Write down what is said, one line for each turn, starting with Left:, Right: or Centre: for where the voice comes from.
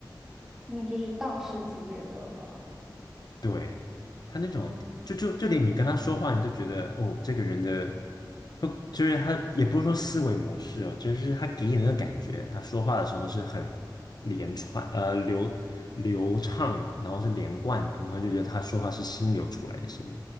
Centre: 那就是大师级别的了。
Left: 对，嗯，
Centre: 嗯，
Left: 就就就连你跟他说话，你都觉得哦，这个人的，就就是他也不是说思维模式哦，就是他给你那个感觉，他说话的时候是很连串呃流流畅的，然后是连贯的，然后就觉得他说话是心流出来的心